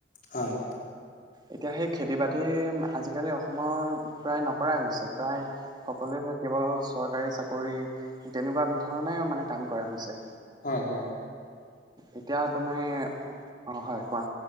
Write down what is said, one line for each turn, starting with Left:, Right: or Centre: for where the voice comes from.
Left: হয়
Right: এতিয়া সেই খেতি বাতি আজিকালি অসমৰ প্ৰায় নকৰাই হৈছে প্ৰায় সকলোৱে কেৱল চৰকাৰী চাকৰি তেনেকুৱা ধৰণ মানে কাম কৰা হৈছে
Left: হয় হয়
Right: এতিয়া তুমে অ হয় কোৱা